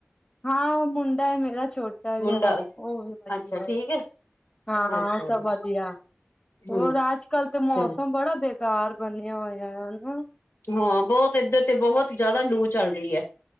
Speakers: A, on the left; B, on the left.
A: ਹਾਂ ਮੁੰਡਾ ਏ ਮੇਰਾ ਛੋਟਾ ਜੇਆ,
B: ਮੁੰਡਾ
A: ਓ ਵੀ ਵਦੀਐ।
B: ਅੱਛਾ ਠੀਕ ਹੈ
A: ਹਾਂ
B: ਅੱਛਾ
A: ਓ ਸਬ
B: ਜੀ
A: ਵਦੀਆ, ਹੋਰ
B: ਹਮ
A: ਆਜ ਕਲ ਤੇ ਮੌਸਮ
B: ਚਲੋ
A: ਬੜਾ ਬੇ ਤਾਰ ਬਨੇਆ ਹੋਏਐ, ਹਨਾ?
B: ਹਾਂ ਬੋਤ ਏਧਰ ਤੇ ਬੋਹਤ ਜਾਦਾ ਲੂ ਚੱਲ ਰੀ ਐ,